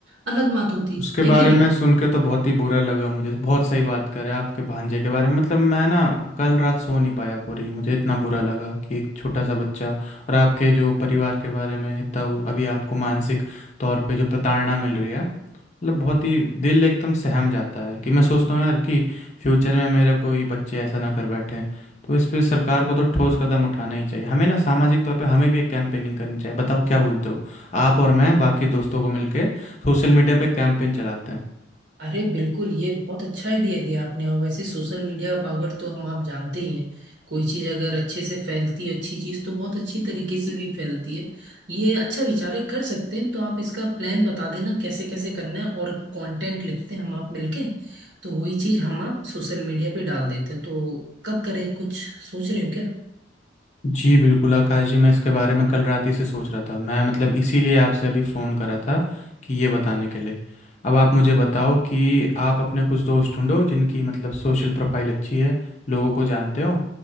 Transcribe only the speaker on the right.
अलग बात होती
है
कि नहीं
अरे बिल्कुल ये बहुत अच्छा आइडिया दिया आपने और वैसे सोशल मीडिया का पावर तो हम आप जानते ही हैं कोई चीज़ अगर अच्छे से फैलती है अच्छी चीज़ तो बहुत अच्छी तरीके से भी फैलती है ये अच्छा विचार है कर सकते हैं तो आप इसका प्लान बता देना कैसे कैसे करना है और कंटेंट लिखते हैं हम आप मिलके तो वही चीज़ हम आप सोशल मीडिया पे डाल देते हैं तो कब करें कुछ सोच रहे हो क्या